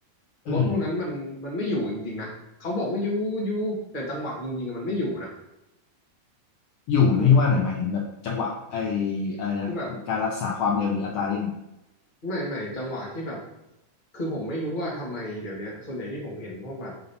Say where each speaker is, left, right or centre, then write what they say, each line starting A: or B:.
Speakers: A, on the left; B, on the left.
A: เออ
B: รถพวกนั้นมันมันไม่อยู่จริงๆนะเขาบอกว่าอยู่อยู่แต่จังหวะจริงๆอะมันไม่อยู่นะ
A: อยู่นี่ว่าไหนหมายถึงแบบจังหวะไอ
B: คือ
A: ไอนะการรักษาความเร็วหรืออัตราเร่ง
B: คือแบบ ไม่ไม่จังหวะที่แบบคือผมไม่รู้ว่าทำไมเดี๋ยวเนี้ยส่วนใหญ่ที่ผมเห็นพวกแบบ